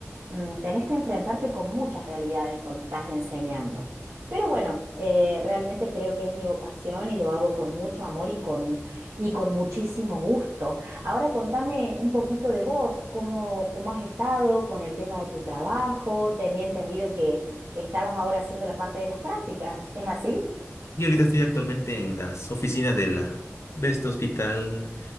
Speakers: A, on the right; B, on the left.
A: mm, tenés que enfrentarte con muchas realidades cuando estás enseñando. Pero bueno, eh, realmente creo que es mi vocación y lo hago con mucho amor y con, y con muchísimo gusto. Ahora contame un poquito de vos, cómo, cómo has estado con el tema de tu trabajo, tenía entendido que estabas ahora haciendo la parte de las prácticas, ¿es así?
B: Y ahorita estoy actualmente en las oficinas de la, de este hospital,